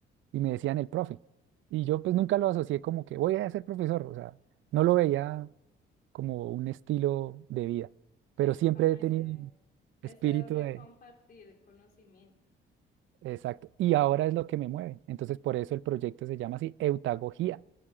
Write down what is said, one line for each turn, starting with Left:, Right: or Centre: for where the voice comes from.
Right: y me decían el profe. Y yo pues nunca lo asocié como que voy a ser profesor, o sea, no lo veía como un estilo de vida,
Left: <laughs>
Right: pero
Left: tienes
Right: siempre
Left: como
Right: he
Left: ese,
Right: tenido
Left: ese
Right: espíritu
Left: don de
Right: de,
Left: compartir conocimiento,
Right: Exacto. Y ahora es lo que me mueve. Entonces, por eso el proyecto se llama así, eutagogía.